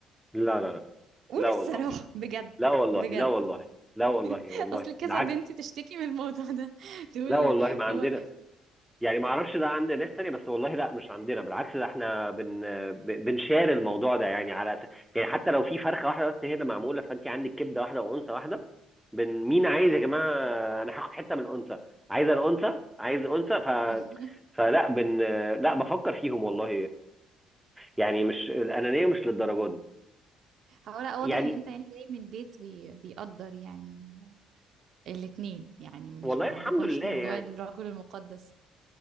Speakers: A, in the centre; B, on the right (about 65°).
A: لا لا لا
B: قول
A: لا والله
B: الصراحة بجد
A: لا والله
B: بجد
A: لا والله لا والله
B: <laughs>
A: والله
B: اصل كذا
A: بالعكس
B: بنت تشتكي من الموضوع ده <laughs> تقول
A: لا والله ما عندنا
B: هو
A: يعني ما اعرفش ده عند ناس تانية بس والله لا مش عندنا بالعكس ده احنا بن ب- بنشار الموضوع ده يعني على أس- يعني حتى لو في فرخه واحده بس هي اللي معموله فانت عندك كبده واحده وانثى واحده بن مين عايز
B: اه
A: يا جماعه انا هاخد حته من الانثى عايز الانثى عايز انثى ف
B: <laughs>
A: فلا بن لا بفكر فيهم والله يعني مش الانانيه مش للدرجه دي
B: هو لا واضح
A: يعني
B: ان انت يعني جاي من بيت بي... بيقدر يعني الاتنين يعني مش
A: والله
B: ما
A: الحمد
B: عندكمش
A: لله
B: موضوع
A: يعني
B: الرجل المقدس